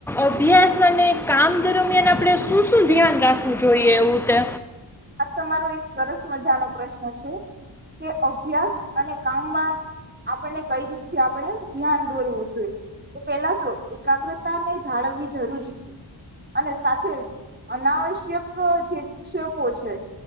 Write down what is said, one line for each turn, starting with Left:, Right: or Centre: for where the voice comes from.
Centre: અભ્યાસ અને કામ દરમિયાન આપણે શું? શું? ધ્યાન રાખવું જોઈએ. એવું તે.
Right: આ તમારો એક સરસ મજાનો પ્રશ્ન કે, અભ્યાસ અને કામમાં આપણને કઈ રીતથી આપણે ધ્યાન દોરવું જોઈએ, એ પેલા તો એકાગ્રતા ને જાળવવી જરૂરી છે અને સાથે જ અનાવશ્યક જે વિક્ષ. છે?